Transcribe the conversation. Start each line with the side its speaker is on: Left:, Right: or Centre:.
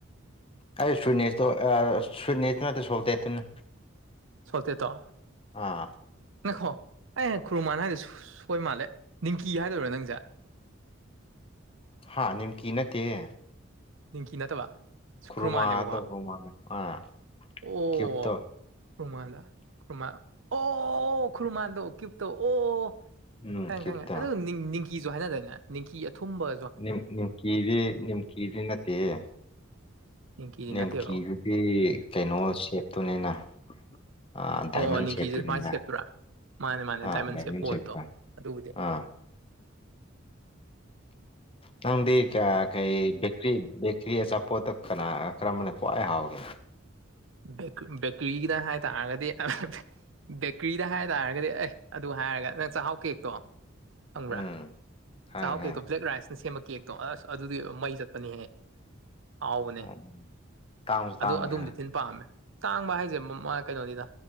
Left: ꯑꯩ ꯁ꯭ꯋꯤꯠꯅꯦꯠꯇꯣ ꯑꯥ ꯁ꯭ꯋꯤꯠꯅꯦꯠꯇꯣ ꯅꯠꯇꯦ ꯁꯣꯜꯇꯦꯠꯇꯨꯅꯦ
Right: ꯁꯣꯜꯇꯦꯠ ꯇꯣ
Left: ꯑꯥ
Right: ꯉꯥꯏꯈꯣ ꯑꯩ ꯈꯨꯔꯃꯥꯟ ꯍꯥꯏꯗꯣ ꯁꯣꯏꯕ ꯃꯥꯜꯂꯦ ꯅꯤꯡꯀꯤ ꯍꯥꯏꯗꯣꯏꯔꯥ ꯅꯪꯖꯦ
Left: ꯍꯥ ꯅꯤꯝꯀꯤ ꯅꯠꯇꯦꯌꯦ
Right: ꯅꯤꯝꯀꯤ ꯅꯠꯇꯕ
Left: ꯈꯨꯔꯨꯃꯥꯗꯣ
Right: ꯈꯨꯔꯨꯃꯥꯟꯅꯦꯕꯀꯣ
Left: ꯈꯨꯔꯨꯃꯥꯗꯣ ꯑꯥ
Right: ꯑꯣ
Left: ꯀ꯭ꯌꯨꯕꯇꯣ
Right: ꯈꯨꯔꯨꯃꯥꯟꯂ ꯈꯨꯔꯃꯥꯟ ꯑꯣ ꯈꯨꯔꯃꯥꯟꯗꯣ ꯀ꯭ꯌꯨꯨꯞꯇꯣ ꯑꯣ
Left: ꯎꯝ
Right: ꯈꯪꯉꯦ
Left: ꯀ꯭ꯌꯨꯕꯇꯣ
Right: ꯈꯪꯉꯦ ꯑꯗꯨ ꯅꯤꯡ ꯅꯤꯡꯀꯤꯁꯨ ꯍꯥꯏꯅꯗꯥꯏꯅꯦ ꯅꯤꯡꯀꯤ ꯑꯊꯨꯝꯕ
Left: ꯅꯤꯝ ꯅꯤꯝꯀꯤꯗꯤ ꯅꯝꯀꯤꯗꯤ ꯅꯠꯇꯦꯍꯦ
Right: ꯅꯤꯡꯀꯤꯗꯤ
Left: ꯅꯦꯝꯀꯤꯗꯨꯗꯤ
Right: ꯅꯠꯇꯦꯕꯀꯣ
Left: ꯀꯩꯅꯣ ꯁꯦꯞꯇꯨꯅꯤꯅ ꯑ ꯗꯥꯏꯃꯟ
Right: ꯑꯣ ꯅꯤꯡꯀꯤꯁꯦ
Left: ꯁꯦꯞꯇꯨꯅꯤꯅ
Right: ꯃꯥꯏ ꯁꯦꯞꯇꯨꯔꯥ ꯃꯥꯅꯦ ꯃꯥꯅꯦ
Left: ꯑꯥ
Right: ꯗꯥꯏꯃꯟ
Left: ꯗꯥꯢꯃꯟ
Right: ꯁꯦꯞ ꯑꯣꯏꯕꯗꯣ
Left: ꯁꯦꯞꯇ
Right: ꯑꯗꯨꯕꯨꯗꯤ
Left: ꯑꯥ ꯅꯪꯗꯤ ꯀ ꯀꯩ ꯕꯤꯛ ꯀ꯭ꯔꯤ ꯕꯦꯀ꯭ꯔꯤ ꯑꯆꯥꯄꯣꯠꯇ ꯀꯅꯥ ꯀꯔꯝꯕꯅ ꯈ꯭ꯋꯥꯏ ꯍꯥꯎꯒꯦ
Right: ꯕꯦꯀ ꯕꯦꯀ꯭ꯔꯤꯒꯤꯗ ꯍꯥꯏꯇꯥꯥꯔꯒꯗꯤ <unintelligible> ꯕꯦꯀ꯭ꯔꯤꯗ ꯍꯥꯏ ꯇꯥꯔꯒꯗꯤ ꯑꯦ ꯑꯗꯨ ꯍꯥꯏꯔꯒ ꯅꯪ ꯆꯥꯍꯥꯎ ꯀꯦꯛꯇꯣ ꯈꯪꯕ꯭ꯔꯥ
Left: ꯎꯝ ꯈꯪꯉꯦ
Right: ꯆꯥꯍꯥꯎ ꯀꯦꯛꯇꯣ ꯕ꯭ꯂꯦꯛ ꯔꯥꯏꯁꯅ ꯁꯦꯝꯕ ꯀꯦꯛꯇꯣ ꯑꯁ ꯑꯗꯨꯗꯤ ꯃꯩ ꯆꯠꯄꯅꯤꯍꯦ ꯍꯥꯎꯕꯅꯦ
Left: ꯈꯪꯉꯦ ꯇꯥꯡꯁꯨ
Right: ꯑꯗꯨ
Left: ꯇꯥꯡꯉꯦ
Right: ꯑꯗꯨꯝꯗꯤ
Left: ꯍꯥꯏ
Right: ꯊꯤꯟ ꯄꯥꯝꯃꯦ ꯇꯥꯡꯕ ꯍꯥꯏꯖꯦ ꯃꯥ ꯀꯩꯅꯣꯅꯤꯗ